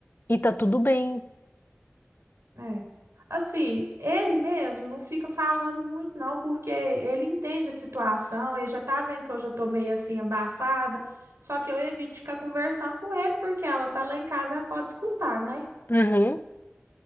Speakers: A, on the left (about 45°); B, on the right (about 75°).
A: E tá tudo bem.
B: É. Assim, ele mesmo não fica falando muito, não, porque ele entende a situação, ele já tá vendo que eu já tô meio assim abafada. Só que eu evito ficar conversando com ele, porque ela tá lá em casa, ela pode escutar, né?
A: Uhum,